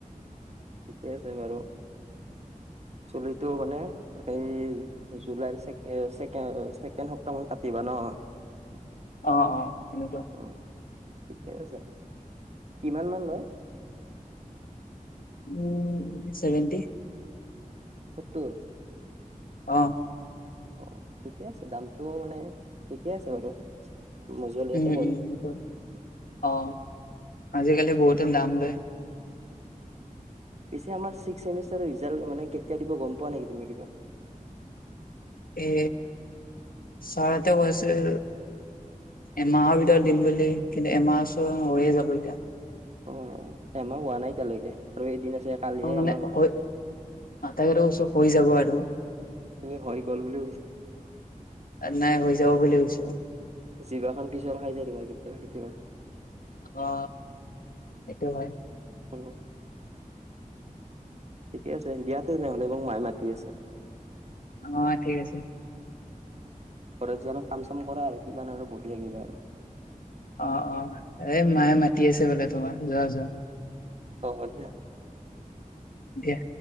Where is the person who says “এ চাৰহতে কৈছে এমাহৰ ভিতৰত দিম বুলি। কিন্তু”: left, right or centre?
Left